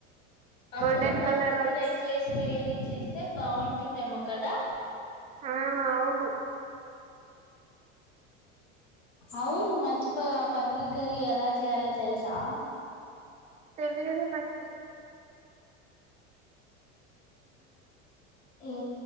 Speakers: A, on the left; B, on the right.
A: అందులో
B: గోల్డెన్
A: బాస్మతి
B: కలర్ వ
A: రైస్ వైస్ బిర్యానీ చేస్తే బాగుంటుందేమో కదా
B: ఆ అవును
A: అవును మచ్చిపోయ పన్నీర్ కరీ ఎలా చేయాల తెలుసా
B: అద నాకి
A: ఏ